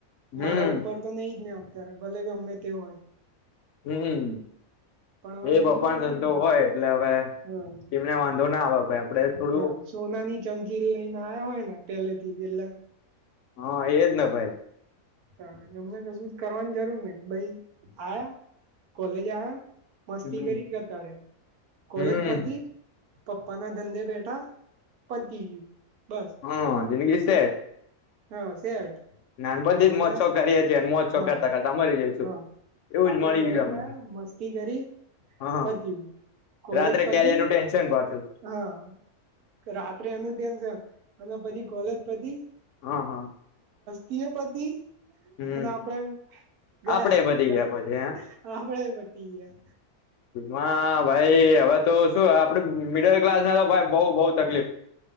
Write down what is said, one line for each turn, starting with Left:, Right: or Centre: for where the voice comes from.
Left: હમ
Right: મારા ઉપર તો નઈ જ ને અત્યારે ભલે કે ગમે તે હોય
Left: હમ
Right: પણ હવે
Left: એ
Right: એની
Left: બપાર
Right: નાસીબ
Left: ધંધો હોય એટલે હવે
Right: હા
Left: એમને વાંધો ના આવે ભાઈ આપડે થોડું
Right: હા સોનાની ચમચીલ લઈને આવ હોય ને પેલેથી એટલે
Left: હા એજ ના ભાઈ
Right: તમને કશું કરવાની જરૂર નઈ ભાઈ આવ્યા કોલેજ આવ્યા મસ્તી
Left: હમ
Right: કરી ગતારયા કોલેજ
Left: હમ
Right: પતિ પપ્પાના ધંધે બેઠા પતિ ગયું બસ
Left: હા જિંદગી સેટ
Right: હા સેટ
Left: નાનપણ
Right: ને
Left: થીજ
Right: આપડે
Left: મોજ શોક કરીએ છીએ અને મોજ શોક
Right: હા
Left: કરતા કરતા મરી જઈશું
Right: હા
Left: એવું
Right: આપડે
Left: જ મળી
Right: કોલેજ
Left: ગયું
Right: આયા
Left: અમને
Right: મસ્તી કરી
Left: હા
Right: પતયું કોલેજ
Left: રાત્રે
Right: પતી
Left: કેરીયર નું ટેન્શન પાછું
Right: હા રાત્રે એનુ તેમ છે અને પછી કોલેજ પતી
Left: હા હા
Right: તીએ પતિ
Left: હમ
Right: અને આપડે ગયા
Left: આપડે પતી પછી હે
Right: આપડે પતિ ગયા
Left: માં ભાઈ હવે તો શું આપડ મિડલ ક્લાસ ના તો ભઈ બઉ બઉ તકલીફ